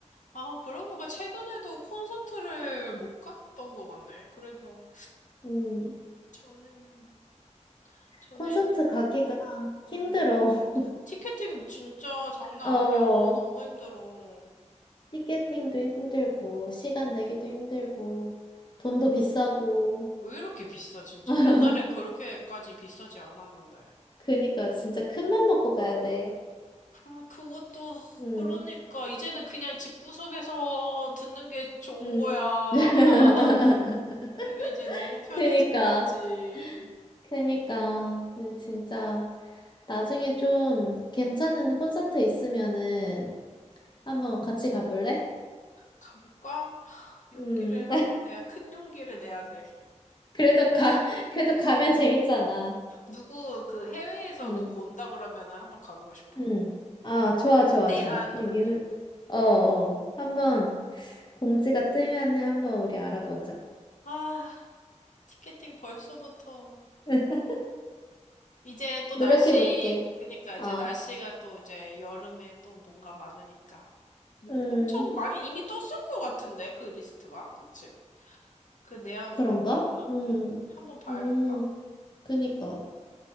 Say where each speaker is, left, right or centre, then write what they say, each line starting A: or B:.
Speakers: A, on the left; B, on the left.
A: 아 그러고 보니까 최근에도 콘서트를 못 갔던 것 같네 그래서
B: 음.
A: 전에는 전에는
B: 콘서트 가기가
A: 음
B: 힘들어. <laughs>
A: 티켓팅 진짜 장난
B: 어,
A: 아니야 너무 힘들어
B: 티켓팅도 힘들고, 시간 내기도 힘들고, 돈도 비싸고.
A: 왜 이렇게 비싸 진짜
B: <laughs>
A: 옛날에 그렇게까지 비싸지 않았는데
B: 그니까 진짜 큰 맘 먹고 가야 돼.
A: 그럼 그것도
B: 응,
A: 그러니까 이제는 그냥 집구석에서 듣는 게 좋은
B: 응.
A: 거야.
B: <laughs>
A: <laughs> 그게 이제 너무 편해진
B: 그니까,
A: 거지.
B: 그니까, 네, 진짜. 나중에 좀 괜찮은 콘서트 있으면은 한번 같이 가볼래?
A: 가볼까? 용기를
B: 음,
A: 한번 내야 큰 용기를 내야 돼.
B: <laughs> 그래도 가, 그래도 가면 재밌잖아.
A: 누구 그 해외에서
B: 음.
A: 누구 온다 그러면은 한번 가보고 싶어.
B: 응. 아, 좋아, 좋아,
A: 내한
B: 좋아. 어,
A: 오는.
B: 유... 어, 어. 한번 공지가 뜨면은 한번 우리 알아보자.
A: 아, 티켓팅 벌써부터.
B: <laughs>
A: 이제 또
B: 노력해
A: 날씨,
B: 볼게.
A: 그니까
B: 어,
A: 이제 날씨가 또 이제 여름에 또 뭔가 많으니까. 뭔
B: 음,
A: 엄청 많이 이미 떴을 것 같은데, 그 리스트가. 그치? 그 내한
B: 그런가?
A: 공연 오는?
B: 음,
A: 음, 한번 봐야겠다.
B: 음, 그니까.